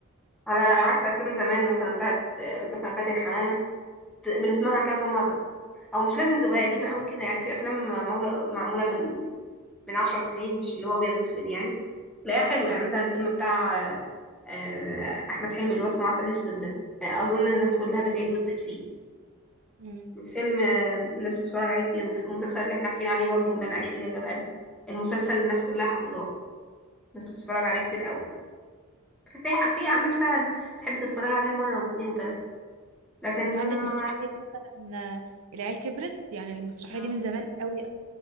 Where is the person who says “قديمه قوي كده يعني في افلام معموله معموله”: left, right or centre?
Centre